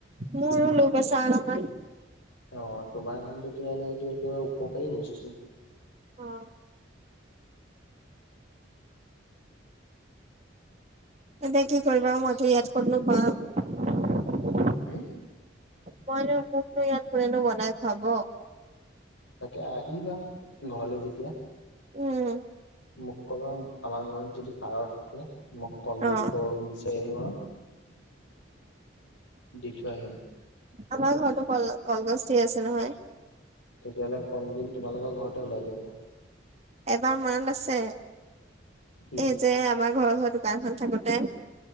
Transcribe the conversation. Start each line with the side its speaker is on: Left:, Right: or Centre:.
Right: মোৰো লো পেছাৰ নহয়।
Left: অ' তোমাৰ কাৰণটোতোলে এইটো একেবাৰে উপকাৰী বস্তু।
Right: উম। এতিয়া কি কৰিবা মইতো ইয়াত কতনো পাম।
Left: হম।
Right: মইনো মোকনো ইয়াত কোনেনো বনাই খুৱাব।
Left: তাকে, আহিবা ঘৰলৈ যেতিয়া।
Right: উম।
Left: মোক ক'বা আমাৰ ঘৰত যদি পাৰৰ থাকে মোক কলডিল
Right: অ
Left: ক বিচাৰি নিব আৰু। দিঠই আহিবা।
Right: আমাৰ ঘৰতো কল কলগছ ধেৰ আছে নহয়।
Left: তেতিয়াহলে কলদিন তোমালোকৰ ঘৰতে ওলাই যাব।
Right: এবাৰ মনত আছে,
Left: কি
Right: এই যে আমাৰ ঘৰৰ ওচৰত কাৰখন থাকোতে।